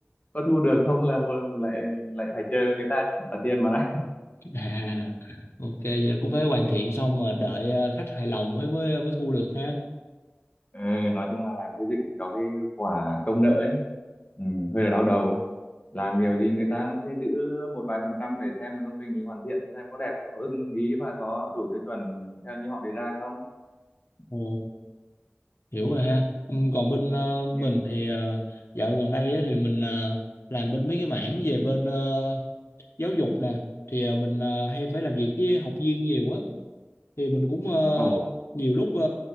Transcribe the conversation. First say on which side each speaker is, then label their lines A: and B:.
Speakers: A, on the left; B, on the left.
A: có thu được không là một- lại lại phải chờ người ta trả tiền mà đã. <laughs>
B: À, <laughs> ok, vậy là cũng phải hoàn thiện xong mà đợi ờ, khách hài lòng mới mới mới thu được ha.
A: Ừ, nói chung là làm xây dựng thì có cái quả công nợ ấy ừ, hơi là đau đầu làm kiểu gì người ta sẽ giữ một vài phần trăm để xem mà công trình mình hoàn thiện xem có đẹp có ưng ý và có đủ tiêu chuẩn theo như họ đề ra không
B: Ồ, hiểu rồi ha. Ừm, còn bên ờ, mình
A: nhưng
B: thì ờ, dạo gần đây á, thì mình ờ, làm bên mấy cái mảng về bên ờ, giáo dục nè, thì ờ, mình ờ, hay phải làm việc với học viên nhiều á. thì mình cũng ờ,
A: ồ
B: nhiều lúc ờ,